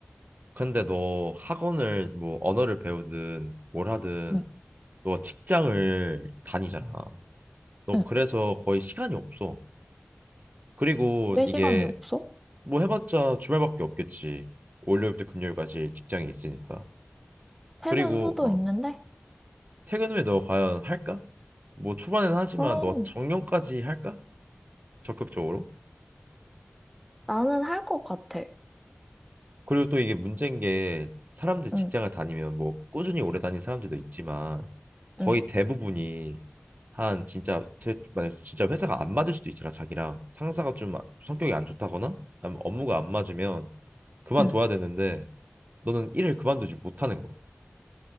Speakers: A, on the right; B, in the centre.
A: 근데 너 학원을 뭐 언어를 배우든 뭘 하든
B: 응,
A: 너 직장을 다니잖아. 너
B: 응.
A: 그래서 거의 시간이 없어. 그리고
B: 왜
A: 이게
B: 시간이 없어?
A: 뭐 해봤자 주말밖에 없겠지. 월요일부터 금요일까지 직장이 있으니까.
B: 퇴근
A: 그리고
B: 후도
A: 어,
B: 있는데
A: 퇴근 후에 너 과연 할까? 뭐 초반에는 하지만
B: 그럼
A: 너 정년까지 할까? 적극적으로?
B: 나는 할 것 같아.
A: 그리고 또 이게 문제인 게 사람들 직장을
B: 응,
A: 다니면 뭐 꾸준히 오래 다닌 사람들도 있지만 거의
B: 응,
A: 대부분이 한 진짜 제 만약 진짜 회사가 안 맞을 수도 있잖아 자기랑 상사가 좀 아, 성격이 안 좋다거나 아니면 업무가 안 맞으면 그만둬야
B: 응.
A: 되는데 너는 일을 그만두지 못하는 거야.